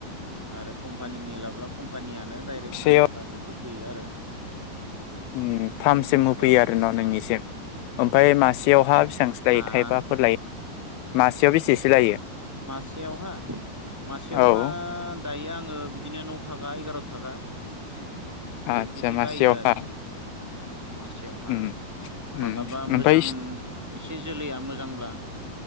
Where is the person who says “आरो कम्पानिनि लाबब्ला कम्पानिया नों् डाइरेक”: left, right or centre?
Centre